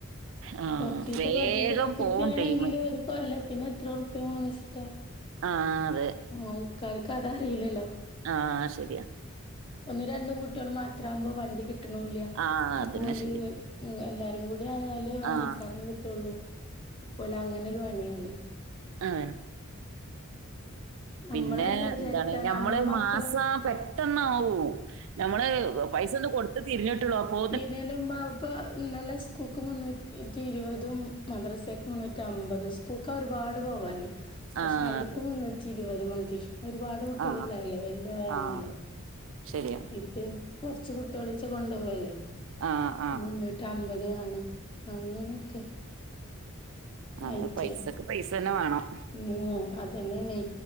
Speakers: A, on the right; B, on the left.
A: ആഹ്
B: കൊറച്ചീച്ചാ
A: വേഗം
B: കൊറച്ചീച്ചാ കൊറച്ചീച്ചാ
A: പോവും
B: ആണെങ്കിലും
A: ടൈമ്
B: ഒരു കൊല്ലത്തിന് എത്രഉർപ്പവേണന്നെചീട്ടാ
A: ആഹ് അതെ
B: ആൾക്കാർക്ക് അതറിയില്ലല്ലോ?
A: ആഹ് ശരിയാ
B: ഒന്നും രണ്ടും കുട്ടികൾ മാത്രമാകുമ്പോ വണ്ടി കിട്ട്ണ്ല്ല
A: ആഹ് അതന്നെ
B: അപ്പോഒല്
A: ശരിയാ
B: എല്ലാരും കൂടി ആയാല് വണ്ടിക്കാരും
A: ആഹ്
B: കിട്ടുള്ളൂ അപ്പോലങ്ങനെ ഒരു പണിയാന്നു.
A: ആ
B: നമ്മളെന്താ
A: പിന്നെ
B: വിചാരിക്കാ
A: എന്താണ് നമ്മള്
B: നമ്മളെ മക്കള്
A: മാസം. പെട്ടെന്നാവും നമ്മള് പൈസ ഒന്ന് കൊടുത്ത് തിരിഞ്ഞിട്ടുള്ളൂ അപ്പോ.
B: തീർന്നേൻ മുമ്പാവും. ഇപ്പ ഇന്നലെ സ്കൂക്ക് മുന്നൂറ്റിറ ഇരുപതും മദ്രസക്ക് മുന്നൂറ്റി അമ്പതും സ്. സ്കൂൾക്കാ ഒരുപാട് പോവാന് പക്ഷെ
A: ആഹ്
B: അവിട്ക്ക്
A: അതെ
B: മുന്നൂറ്റി ഇരുപത് മതി ഒരുപാട് പത്തു കുട്ടികളുള്ളല്ലേ
A: ആഹ്
B: വലിയ വേനല്ലേ
A: ആഹ് അതെ ശരിയാണ്.
B: ഇത് കൊറച്ച് കുട്ടികളിച്ച കൊണ്ടുപോവല്ലേ
A: ആഹ്
B: അപ്പൊ
A: ആഹ്
B: മുന്നൂറ്റി അമ്പത് വേണം അങ്ങനെയൊക്കെ
A: അതായ
B: ആയിട്ട്
A: പൈസക്ക് പൈസ തന്നെ വേണം
B: ഉം അതന്നെയന്ന്